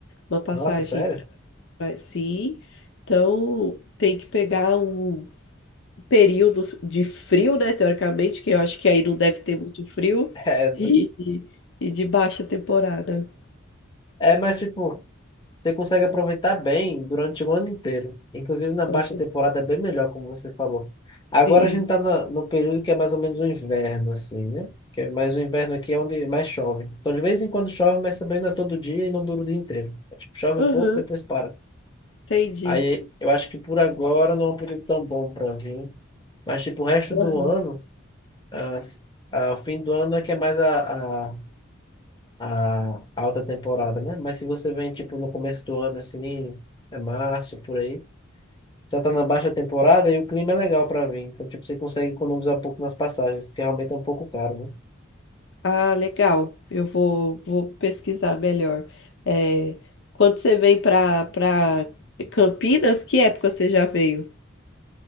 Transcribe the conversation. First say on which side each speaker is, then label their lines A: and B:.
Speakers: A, on the left (about 65°); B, on the left (about 25°).
A: uma passagem
B: Nossa, sério?
A: para si. Então, tem que pegar um período de frio, né? Teoricamente, que eu acho que aí não deve ter muito frio,
B: <laughs>
A: <laughs> e, e de baixa temporada.
B: É, é, mas tipo, Você consegue aproveitar bem durante o ano inteiro. Inclusive na baixa
A: Aham.
B: temporada é bem melhor, como você falou. Agora
A: Sim.
B: a gente está no, no período que é mais ou menos o inverno, assim, né? Que é mais o inverno aqui é onde mais chove. Então de vez em quando chove, mas também não é todo dia e não dura o dia inteiro. É tipo, chove
A: Aham,
B: um pouco, depois para.
A: entendi.
B: Aí eu acho que por agora não é um período tão bom para vir. Mas tipo, o resto
A: Aham.
B: do ano, as- ah, o fim do ano é que é mais a, a a alta temporada, né? Mas se você vem, tipo, no começo do ano, assim, é março, por aí, já tá na baixa temporada e o clima é legal para vir. Então, tipo, você consegue economizar um pouco nas passagens, porque realmente é um pouco caro, né?
A: Ah, legal. Eu vou, vou pesquisar melhor. É, quando você vem para para Campinas, que época você já veio?